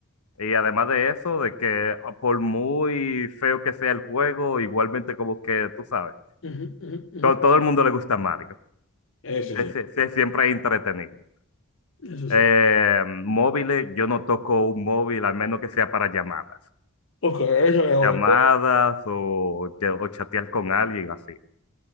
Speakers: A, on the left; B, on the left.
A: Y además de eso, de que ah, por muy feo que sea el juego, igualmente como que, tú sabes,
B: Ujú, ujú, ujú.
A: to- todo el mundo le gusta Mario.
B: Eso
A: Se-
B: sí,
A: se- se- siempre es entretenido.
B: eso sí.
A: Eh, móviles, yo no toco un móvil, al menos que sea para llamadas.
B: Ok, eso es
A: Llamadas
B: bueno.
A: o, ch- o chatear con alguien así.